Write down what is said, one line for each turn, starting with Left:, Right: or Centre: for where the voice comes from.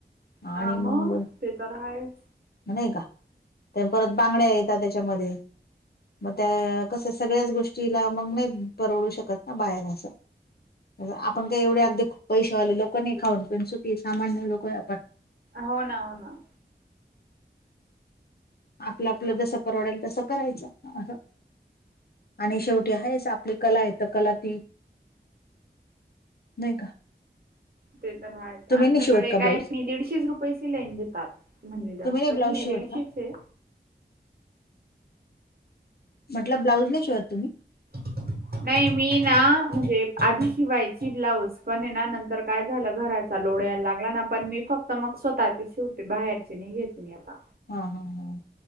Right: हा
Left: आणि मंग
Right: मग ते तर आहेच
Left: नाही का? परत बांगड्या येतात त्याच्यामध्ये म त्या कस सगळ्याच गोष्टीला मग नाही परवडू शकत ना बाहेर आसं. आपण काय एवढे अगदी खुप पैसे वाले लोक नाही, खाऊन पिउन सुखी सामान्य लोक हाये आपन?
Right: हो ना. हो ना.
Left: आपलं आपलं जसं परवडेल तसं करायचं असं. आणि शेवटी आहेच. आपली कला आहे, तर कला ती नाही का.
Right: ते तर आहे.
Left: तुम्ही
Right: आमच्याकडे
Left: नाही शिवत का ब्लाऊज
Right: काही नाही दीडशेच रुपये शिलाई घेतात. म्हणजे जास्त
Left: तुम्ही
Right: नाही
Left: ब्लाऊज
Right: आहे.
Left: शिवत
Right: दीडशेच
Left: का
Right: आहे.
Left: म्हटलं ब्लाऊज नाही शिवत तुम्ही?
Right: <inaudible> नाही मी ना म्हणजे आधी शिवायची ब्लाऊज पण आहे ना नंतर काय झालं घरात लोड यायला लागला ना. पण मी फक्त मग स्वतःचीच शिवते बाहेरची नाही घेत मी आता.
Left: हां हां हां.